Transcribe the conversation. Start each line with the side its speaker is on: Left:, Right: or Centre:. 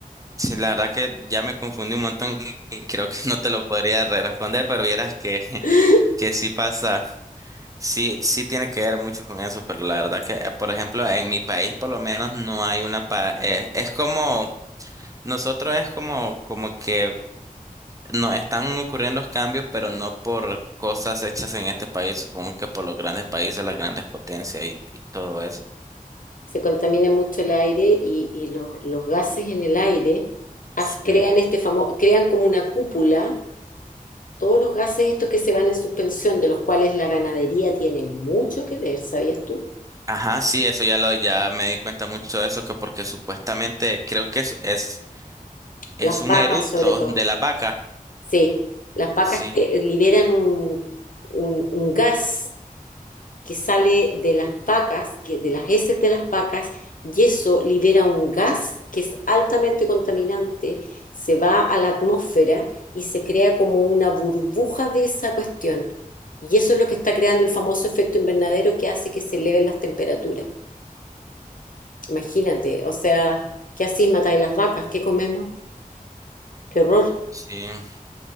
Right: Sí, la verdad que ya me confundí un montón y creo que no te lo podría re- responder, pero vieras que <laughs>
Left: <laughs>
Right: que sí pasa, sí, sí tiene que ver mucho con eso, pero la verdad que, eh, por ejemplo, en mi país por lo menos no hay una pa eh, es como, nosotros es como, como que nos están ocurriendo los cambios, pero no por cosas hechas en este país, supongo que por los grandes países, las grandes potencias y, y todo eso.
Left: se contamina mucho el aire y, y los, los, gases en el aire as,
Right: Sí.
Left: crean, este famoso, crean como una cúpula todos los gases estos que se van en suspensión, de los cuales la ganadería tiene mucho que ver, ¿sabías tú?
Right: Ajá, sí, eso ya lo, ya me di cuenta mucho de eso, que porque supuestamente creo que es, es, es
Left: Las
Right: un
Left: vacas
Right: eructo
Left: sobre todo.
Right: de la vaca.
Left: Sí, las vacas
Right: Sí,
Left: te- eh, liberan un, un- un gas que sale de las vacas, que, de las heces de las vacas, y eso libera un gas que es altamente contaminante, se va a la atmósfera y se crea como una burbuja de esa cuestión. Y eso es lo que está creando el famoso efecto invernadero que hace que se eleven las temperaturas. Imagínate, o sea, ¿qué así matáis las vacas? ¿Qué comemos? ¡Qué horror!
Right: sí.